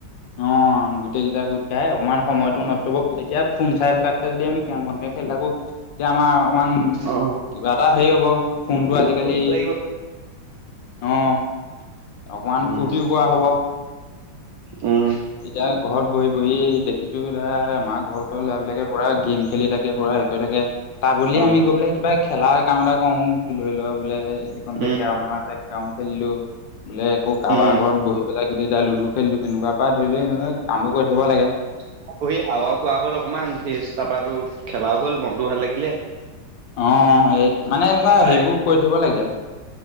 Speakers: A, on the left (about 75°); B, on the right (about 65°).
A: অ। গোটেই কেইটা গোট খাই অকমান সময়টো নষ্ট হব, এতিয়া ফোন চাই থকাতকে যদি আমি কেম বনকে খেল থাকো এতিয়া আমাৰ ওৱান
B: অ
A: কিবা এটা হেৰি হ'ব ফোনটো
B: মনটো
A: আজিকালি
B: ভাল লাগিব
A: অ' অকমান
B: উম,
A: ফূৰ্তিও কৰা হ'ব।
B: উম
A: এতিয়া ঘৰত বহি বহি দেখিছো <unintelligible> আমাৰ ঘৰৰ ওচৰ ল'ৰা বিলাকে পুৰা গেম। খেলি থাকে পুৰা হেৰি কৰি থাকে তা বদলি
B: অ
A: আমি গৈ পেলাই কিবা খেলা। কাম এটা কৰো ধৰি ল বোলে এইকনতে
B: উম,
A: কেৰম এখন আছে কেৰম খেলিলো। বোলে আকৌ কাৰবাৰ
B: উম।
A: ঘৰত বহি পেলাই গোটেইকেইটাই লুডু খেলিলো তেনেকুৱা। বা ধৰি ল এনেকোৱা কামবোৰ কৰি থাকিব লাগে।
B: <unintelligible> হাৱাও খোৱা হ'ল অকণমান ফ্ৰেচ তাৰপা তোৰ খেলাও হ'ল মনটোও ভাল লাগিলে।
A: অ' এই মানে এনেকুৱা হেৰিবোৰ
B: এই
A: কৰি থাকিব লাগে।